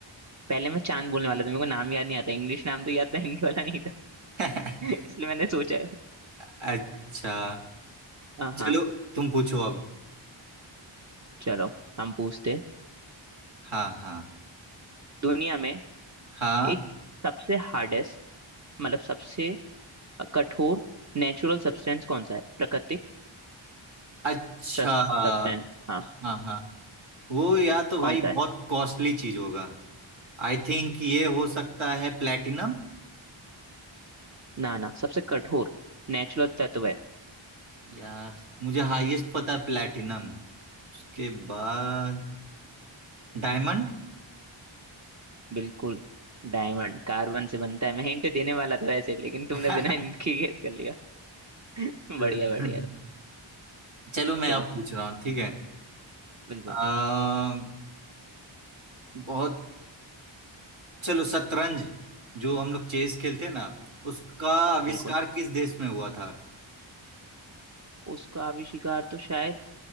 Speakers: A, on the right; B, on the right.
A: पहले मैं चांद बोलने वाला था मेरे को नाम याद नहीं आता इंग्लिश नाम तो याद था हिंदी वाला नहीं था
B: <laughs>
A: <laughs> इसलिए मैंने सोचा
B: अच्छा
A: हाँ
B: चलो
A: हाँ
B: तुम पूछो अब
A: चलो हम पूछते हैं।
B: हाँ हाँ
A: दुनिया में
B: हाँ
A: एक सबसे हार्डेस्ट मतलब सबसे कठोर नेचुरल सब्सटेंस कौन सा है प्राकृतिक
B: अच्छा
A: सब्सटेंस हाँ
B: हाँ हाँ वो या तो
A: कौन
B: भाई
A: सा है
B: बहुत कॉस्टली चीज होगा आई थिंक ये हो सकता है प्लेटिनम
A: ना ना सबसे कठोर नेचुरल तत्व है
B: यार मुझे हाईएस्ट पता है प्लेटिनम उसके बाद डायमंड
A: बिल्कुल डायमंड कार्बन से बनता है मैं हिंट देने वाला था वैसे लेकिन तुमने
B: <laughs>
A: बिना हिंट के गेस कर लिया <laughs>
B: चलो
A: बढ़िया बढ़िया
B: चलो, मैं
A: चलो
B: अब पूछ रहा हूँ ठीक है
A: बिल्कुल
B: आ, बहुत चलो शतरंज जो हम लोग चेस खेलते हैं ना उसका आविष्कार
A: बिल्कुल
B: किस देश में हुआ था
A: उसका आविष्कार तो शायद